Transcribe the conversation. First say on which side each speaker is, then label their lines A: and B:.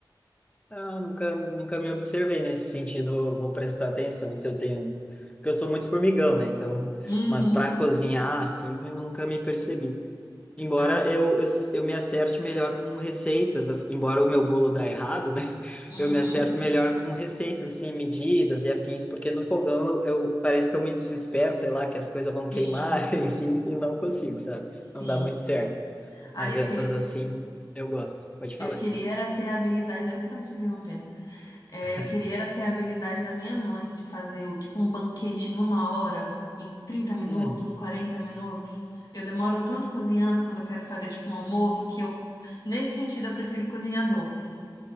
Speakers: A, on the left; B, on the left.
A: Ah, nunca, nunca me observei nesse sentido. eu Vou prestar atenção se eu tenho. Porque eu sou muito formigão, né? Então,
B: Uhum.
A: mas para cozinhar, assim, eu nunca me percebi. Embora
B: Ai,
A: eu, eu, eu me acerte melhor com receitas, assim, embora o meu bolo dá errado, né? <laughs>
B: uhum.
A: Eu me acerto melhor com receitas, assim, medidas e afins, porque no fogão eu, eu- parece que eu me desespero, sei lá, que as coisas vão queimar,
B: Sim,
A: <laughs> enfim, e não consigo, sabe?
B: sim.
A: Não dá muito certo.
B: Ai,
A: Mas
B: eu
A: essas,
B: queria,
A: assim, eu gosto. Pode
B: eu
A: falar,
B: queria
A: desculpa.
B: era ter a habilidade. Eu que tava te interrompendo. É,
A: <laughs>
B: eu queria era ter a habilidade da minha mãe de fazer o- tipo um banquete em uma hora, em trinta minutos,
A: Uhum.
B: 40 minutos. Eu demoro tanto cozinhando quando eu quero fazer tipo um almoço que eu, nesse sentido, eu prefiro cozinhar doce.